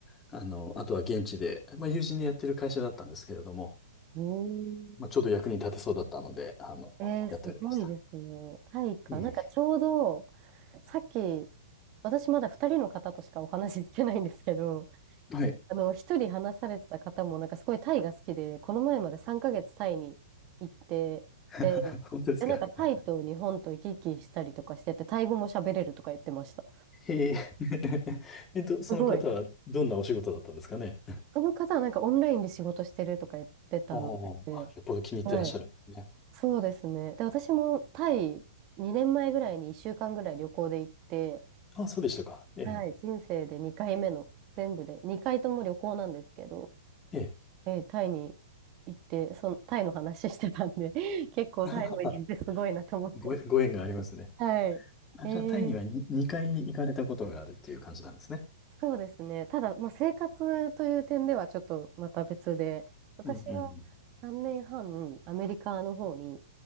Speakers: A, on the left; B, on the right.
A: あの、あとは現地で、まあ、友人でやってる会社だったんですけれども、
B: うん
A: まあ、ちょうど役に立てそうだったので、あの、
B: えー、
A: やっておりました。
B: すごいですね。タイか。
A: いえい
B: なんかちょうど、さっき、私まだ2人の方としかお話ししてないんですけど、
A: え。はい。
B: あの、1人話されてた方も、なんかすごいタイが好きで、この前まで3ヶ月タイに行って、
A: <laughs>
B: で、
A: 本当ですか。
B: で、なんかタイと日本と行き来したりとかしてて、タイ語も喋れるとか言ってました。
A: へえ。<laughs> えっと、その方はどんなお仕事だったんですかね。
B: すごい。あの方はなんかオンラインで仕事してるとか言ってたので、
A: あーあ、よっぽど気に入ってらっしゃるんですね。
B: はい。そうですね。で、私もタイ2年前ぐらいに1週間ぐらい旅行で行って、
A: あ、そうでしたか。ええ。
B: はい、人生で2回目の、全部で、2回とも旅行なんですけど、
A: ええ。
B: えータイに行って、そのタイの話してたんで <laughs> 結構タイも行ってすごいなと思って。
A: <laughs> あご、ご縁がありますね。
B: はい。
A: あ、
B: えー
A: じゃあ、タイにはに2、回行かれたことがあるっていう感じなんですね。
B: そうですね。ただ、まあ、生活という点ではちょっとまた別で、私は3年半アメリカの方に
A: うんうんうん。